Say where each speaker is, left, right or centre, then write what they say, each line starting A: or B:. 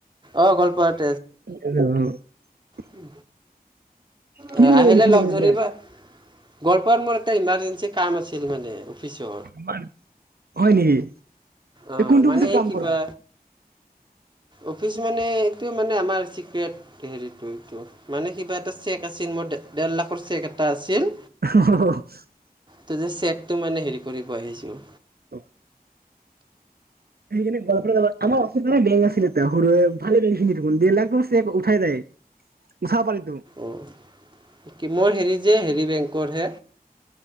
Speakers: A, on the right; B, on the right.
A: অ' গোৱালপাত।
B: <inaudible>
A: উ।
B: কি
A: অ'
B: কৰিব
A: আহিলে
B: গৈছিলি
A: লগ
B: গোৱালপাৰাত
A: ধৰিবা। গোৱালপাৱাত মোৰ এটা ইমাজেঞ্চি কাম আছিল মানে। অফিচৰ
B: মাৰ, হয় নেকি?
A: অ'
B: কোনটো
A: মানে
B: অফিচত
A: এই
B: কাম
A: কিবা।
B: কৰা
A: অফিচ মানে এটো মানে আমাৰ চিক্ৰেট হেৰিটো এটো। মানে কিবা এটা চেক আছিল মোৰ, ডে-ডেৰ লাখৰ চেক এটা আছিল।
B: <inaudible>
A: তে যে চেকটো মানে হেৰি কৰিব আহিছোঁ।
B: অ'। হেইখিনি বক্ৰো লগত। আমাৰ অফিচ মানে বেং আছিলে তেওঁ সৰুৱেও ভালে বেংকখিনি থুগোন বেলেগটো চেপ উঠাই যায়। উঠা পাৰিব।
A: অ' কি ম'ৰ হেৰি যে হে ই বেংকৰ হে,